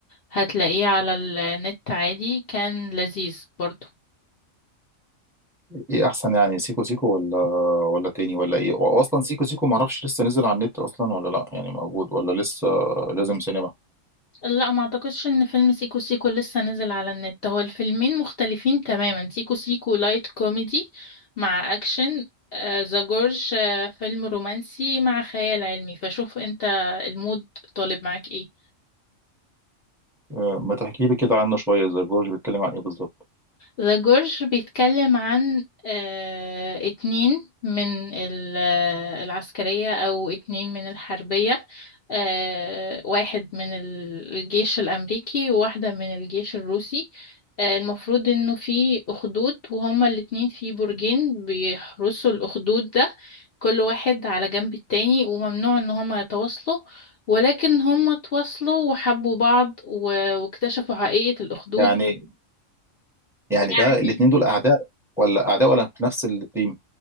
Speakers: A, on the left; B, in the centre.
A: هتلاقيه على النت عادي كان لذيذ برضو
B: ايه احسن يعني سيكو سيكو ولا ولا تاني ولا ايه واصلا سيكو سيكو ما اعرفش لسه نزل على النت اصلا ولا لا يعني موجود ولا لسه لازم سينما
A: لا ما اعتقدش ان فيلم سيكو سيكو لسه نزل على النت هو الفيلمين مختلفين تماما سيكو سيكو لايت كوميدي مع اكشن آه، ذا جورج آه، فيلم رومانسي مع خيال علمي فشوف انت المود طالب معاك ايه
B: آه، ما تحكي لي كده عنه شويه زي جورج بيتكلم عن ايه بالظبط
A: ذا جورج بيتكلم عن آه، اتنين من ال- آه، العسكرية أو اتنين من الحربية آه، واحد من ال- الجيش الأمريكي وواحدة من الجيش الروسي آه، المفروض إنه في أخدود وهما الاتنين في برجين بيحرسوا الأخدود ده كل واحد على جنب التاني وممنوع إن هما يتواصلوا ولكن هما تواصلوا وحبوا بعض و- واكتشفوا حقيقة الأخدود
B: يعني يعني
A: يعني
B: ده الاتنين دول اعداء ولا اعداء ولا في نفس التيم